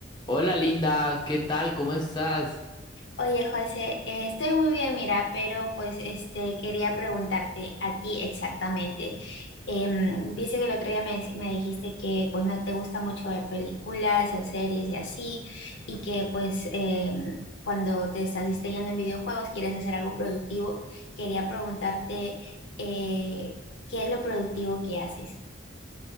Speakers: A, on the left (about 20°); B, on the left (about 60°).
A: Hola Linda, ¿qué tal? ¿Cómo estás?
B: Oye, José, eh, estoy muy bien, mira, pero pues este quería preguntarte a ti exactamente. Em, dice que el otro día me, dec- me dijiste que pues no te gusta mucho ver películas o series y así, y que pues em, cuando te estás distrayendo en videojuegos quieres hacer algo productivo. Quería preguntarte eh, ¿qué es lo productivo que haces?